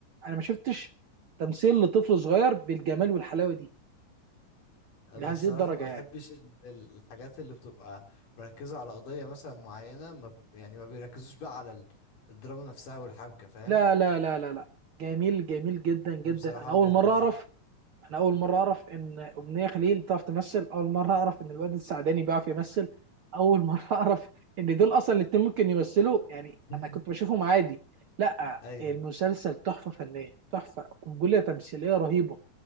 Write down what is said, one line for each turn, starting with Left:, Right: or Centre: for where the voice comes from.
Right: انا ما شفتش تمثيل لطفل صغير بالجمال والحلاوه دي
Left: انا
Right: لهذه
Left: الصراحة
Right: الدرجه
Left: ما بحبش
Right: يعني
Left: ال- ال- الحاجات اللي بتبقى مركزة على قضية مثلا معينة ما ب- يعني ما بيركزوش بقى على ال- الدراما نفسها والحبكة فاهم
Right: لا لا لا لا لا جميل جميل جدا جدا
Left: دي بصراحة
Right: انا اول
Left: وجهة
Right: مره
Left: نظر
Right: اعرف انا اول مره اعرف ان امنيه خليل بتعرف تمثل اول مره اعرف ان الواد السعداني بيعرف يمثل اول مره <laughs> اعرف ان دول اصلا الاتنين ممكن يمثلوا يعني
Left: <laughs>
Right: انا كنت بشوفهم عادي لا
Left: ايوه
Right: المسلسل تحفه فنيه تحفه قنبله تمثيليه رهيبه